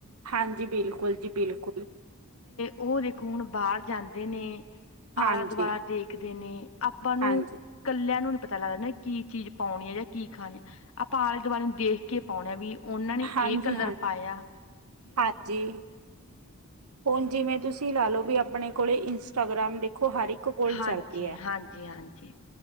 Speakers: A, on the right; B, on the left.
A: ਹਾਂਜੀ ਬਿਲਕੁਲ ਜੀ ਬਿਲਕੁਲ।
B: ਓਹ ਦੇਖੋ ਹੁਣ ਬਾਰ ਜਾਂਦੇ ਨੇ। ਆਲਾ-ਦੁਆਲਾ
A: ਹਾਂਜੀ।
B: ਦੇਖਦੇ ਨੇ ਆਪਾਂ ਨੂੰ
A: ਹਾਂਜੀ,
B: ਕੱਲਿਆਂ ਨੂੰ ਪਤਾ ਲੱਗਾ ਨਾ ਕੀ ਚੀਜ਼ ਪਾਉਣੀ ਆ ਯਾ ਕੀ ਖਾਣੀ ਆ ਆਪਾਂ ਆਲੇ-ਦੁਆਲੇ ਨੂੰ ਦੇਖ ਕੇ ਪਾਉਣੈ ਵੀ ਓਨਾਂ ਨੇ
A: ਹਾਂਜੀ-ਹਾਂਜੀ,
B: ਏ ਕਲਰ ਪਾਯਾ।
A: ਹਾਂਜੀ ਹੁਣ ਜਿਵੇਂ ਤੁਸੀਂ ਲਾ ਲੋ ਬੀ ਅਪਣੇ ਕੋਲੇ ਇੰਸਟਾਗ੍ਰਾ ਖੋ ਹਰ ਇੱਕ ਕੋਲ
B: ਹਾਂਜੀ
A: ਚੱਲਦੀ ਐ
B: ਹਾਂਜੀ ਹਾਂਜੀ।